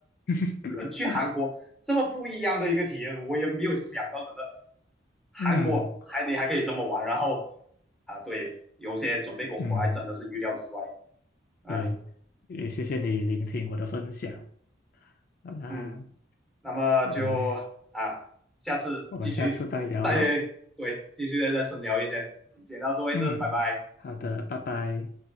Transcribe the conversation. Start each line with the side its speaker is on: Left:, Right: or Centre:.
Left: <laughs>
Centre: 人去韩国这么不一样的一个体验，我也没有想到，真的韩国还你还可以这么玩，
Left: 嗯
Centre: 然后啊，对，有些准备功夫还真的是预料之外
Left: 嗯，
Centre: 啊，
Left: 对，也谢谢你聆听我的分享。好啦，
Centre: 嗯。那么就啊，
Left: 我们
Centre: 下次继续再
Left: 我们下次再聊啦。
Centre: 对，继续再深聊一些。嗯，今天到此为止，
Left: 嗯，
Centre: 拜拜。
Left: 好的，拜拜。